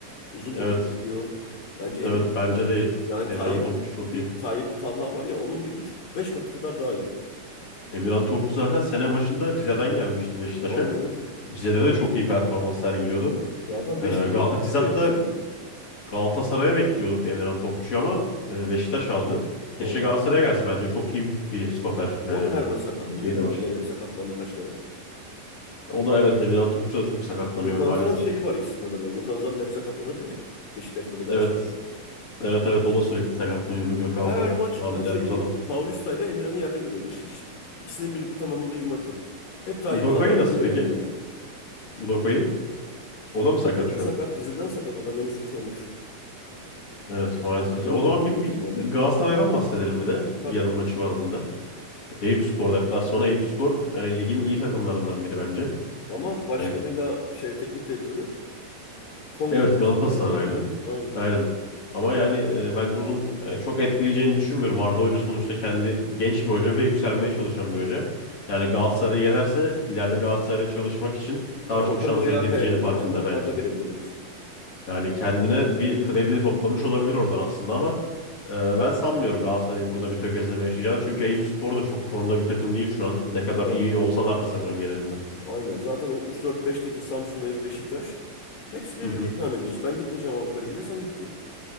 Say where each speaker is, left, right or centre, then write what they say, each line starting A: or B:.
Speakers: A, on the left; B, on the left.
A: uzun
B: Evet.
A: top atabiliyor. Bence Emin.
B: Evet bence de
A: Yani
B: Emirhan
A: Tayyip'in
B: Topçu çok
A: bir
B: iyi.
A: Tayyip Talha var ya onun bir üç beş kat kadar daha iyi.
B: Emirhan Topçu zaten sene başında Rize'den gelmişti Beşiktaş'a.
A: Aynen aynen.
B: Rize'de de çok iyi performans sergiliyordu.
A: Zaten
B: Ee,
A: 5 milyon
B: Gal
A: olmuş
B: biz hatta
A: değeri şimdi.
B: Galatasaray'a bekliyorduk Emirhan Topçu'yu ama e, Beşiktaş aldı. Keşke
A: Hı.
B: Galatasaray'a gelse. Bence çok iyi bir stoper. Yani
A: O da her maç sakatlanıyor.
B: şey de
A: Dün
B: var.
A: de gene sakatlandı kaç kere.
B: O da evet Emirhan Topçu da çok sakatlanıyor
A: Gökhan
B: maalesef.
A: Zan şeyi var ikisinde de böyle. Gökhan Zan da hep sakatlanırdı ya. Beşiktaş'ta da Galatasaray'da.
B: Evet. Evet evet o da sürekli sakatlanıyordu Gökhan
A: Her
B: Zan.
A: maç
B: Namı
A: ben şeyi
B: der bu adam.
A: Paulista ile Emirhan'ı yerde görüyorum. Hiç, hiç ikisinin birlikte tamamladığı bir maç yok. Hep Tayyip
B: Udoka'yı
A: Talha giriyor
B: nasıl peki?
A: yani oyuna.
B: Udoka'yı. O da mı sakat
A: Dıpkı
B: şu
A: da sakat.
B: an?
A: Dizinden sakat. O da menisküs olmuş.
B: Evet maalesef.
A: Biz onu
B: E, O
A: kapattı
B: zaman bir,
A: büyük
B: bir
A: ihtimalle.
B: bir Galatasaray'dan bahsedelim bir de.
A: Tabii.
B: Yarın maçı var bunda. Eyüp Spor deplasmanı. Eyüp Spor yani ligin iyi takımlarından biri bence.
A: Ama başkanıyla
B: Yani
A: şey teknik direktörü kongre
B: evet
A: üyesi
B: Galatasaraylı.
A: falan yani. Aynen.
B: Aynen. Ama yani e, bence onun e, çok etkileyeceğini düşünmüyorum. Arda Hoca sonuçta kendi genç bir hoca ve yükselmeye çalışan bir hoca. Yani Galatasaray'ı yenerse ileride Galatasaray'da çalışmak için daha
A: Yani Okan'ın
B: çok şans
A: ayağı
B: elde edeceğini
A: kayabilir.
B: farkında
A: O zaman
B: bence.
A: Arda gelebilir diyorsun.
B: Yani kendine bir kredi toplamış olabilir oradan aslında ama e, ben sanmıyorum Galatasaray'ın burada bir tökezleme yaşayacağını. Çünkü Eyüp Spor da çok formda bir takım değil şu an. Ne kadar
A: Aynen.
B: iyi olsalar da sezon genelinde.
A: Aynen. Zaten o üç dört beşteki Samsun, Eyüp, Beşiktaş hepsi birbirine
B: Hı hı.
A: ikram ediyorsun. Ben gitmeyeceğim Avrupa Ligi'ne sen git diyor.